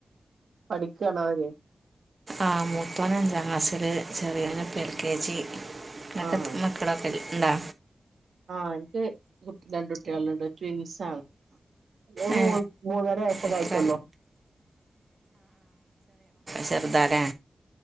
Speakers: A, on the right; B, on the right.
A: പഠിക്കുവാണോ അവര്
B: ആഹ് മൂത്തോൻ അഞ്ചാം ക്ലാസില് ചെറിയോൻ ഇപ്പോ എൽ കെ ജി നിങ്ങൾക്ക്
A: ആഹ്
B: എത്ര <unintelligible> ഇണ്ടാ
A: ആഹ് എനിക്ക് കുട്ടി രണ്ട് കുട്ടികളുണ്ട് ട്വിൻസാണ്. ഒരു
B: ഏ
A: മോ മൂന്നര വയസ്സൊകെയായിട്ടുള്ളു
B: എത്ര ചെറുതല്ലേ